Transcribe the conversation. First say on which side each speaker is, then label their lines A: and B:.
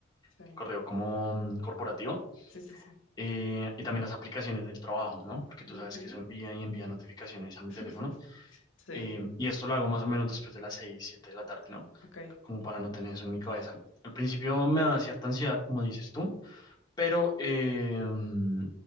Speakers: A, on the left; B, on the left.
A: Sí,
B: el correo como mm, corporativo,
A: sí, sí, sí.
B: eh, y también las aplicaciones del trabajo, ¿no? Porque tú
A: Ujú.
B: sabes que eso envía y envía notificaciones a mi
A: <laughs>
B: teléfono.
A: Sí,
B: Eh, y esto lo hago más o menos después de las 6 7 de la tarde, ¿no?
A: ok,
B: Como para no tener eso en mi cabeza. Al principio me da cierta ansiedad, como dices tú, pero eh, mm,